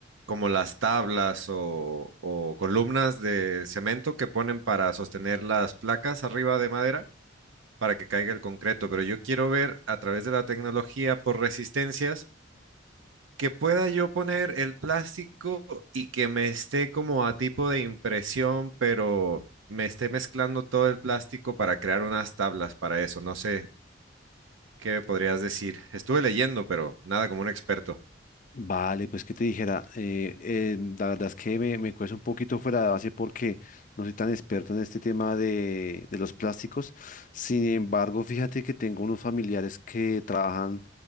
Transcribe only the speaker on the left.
Vale, pues que te dijera, eh, eh, la verdad es que me, me cuesta un poquito fuera de base porque no soy tan experto en este tema de, de los plásticos. Sin embargo, fíjate que tengo unos familiares que trabajan